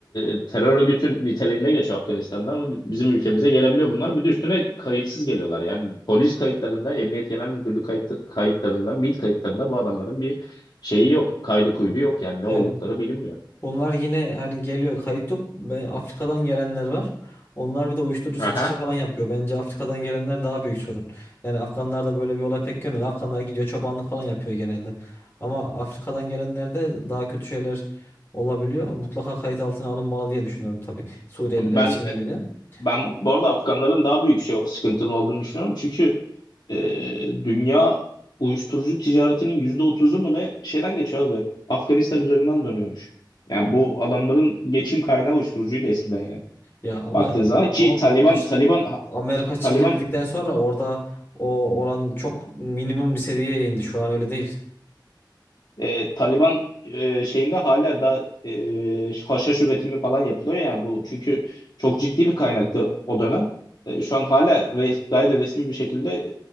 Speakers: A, on the left; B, on the left.
A: e, terör örgütün niteliğinde geçiyor Afganistan'da ama bizim ülkemize gelebiliyor bunlar. Bir de üstüne kayıtsız geliyorlar. Yani polis kayıtlarında, Emniyet Genel Müdürlüğü kayıt, kayıtlarında, MİT kayıtlarında bu adamların bir şeyi yok. Kaydı kuydu yok yani ne
B: yani
A: oldukları bilinmiyor.
B: Bunlar yine hani geliyor kayıt yok. Ben Afrika'dan gelenler var. Onlar bir de uyuşturucu satışı
A: Aha.
B: falan yapıyor. Bence Afrika'dan gelenler daha büyük sorun. Yani Afganlarda böyle bir olay pek görmedim. Afganlar gidiyor çobanlık falan yapıyor genelde. Ama Afrika'dan gelenlerde daha kötü şeyler olabiliyor. Mutlaka kayıt altına alınmalı diye düşünüyorum tabii. Suriyeliler
A: Ben
B: için
A: e,
B: bile.
A: Ben
B: Ama-
A: bu arada Afganların daha büyük şey sıkıntılı olduğunu düşünüyorum. Çünkü e, dünya uyuşturucu ticaretinin yüzde otuzu mu ne şeyden geçiyor abi. Afganistan üzerinden dönüyormuş. Yani bu adamların geçim kaynağı uyuşturucuydu eskiden yani.
B: Ya ama
A: Baktığın zaman ki
B: ama
A: Taliban
B: bu arada şi-
A: Taliban
B: Amerika çekildikten
A: Taliban
B: sonra orada o oran çok minimum bir seviyeye indi. Şu an öyle değil.
A: E, Taliban e, şeyinde hala da e, haşhaş üretimi falan yapılıyor yani bu çünkü çok ciddi bir kaynaktı o dönem. E, şu an hala re- gayet de resmi bir şekilde